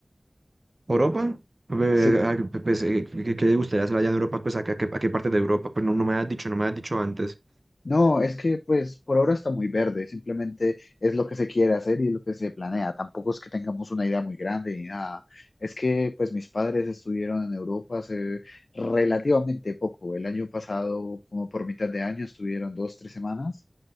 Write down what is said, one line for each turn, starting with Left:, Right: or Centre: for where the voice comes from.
Right: ¿Europa? Ve-
Left: Sí,
Right: a- a- Pues, eh, ¿qué, qué le gustaría hacer allá en Europa? Pues, ¿a qué, a qué- a qué parte de Europa? Pues no, no me has dicho, no me has dicho antes.
Left: No, es que pues por ahora está muy verde, simplemente es lo que se quiere hacer y lo que se planea. Tampoco es que tengamos una idea muy grande ni nada. Es que pues mis padres estuvieron en Europa hace relativamente poco. El año pasado, como por mitad de año, estuvieron dos, tres semanas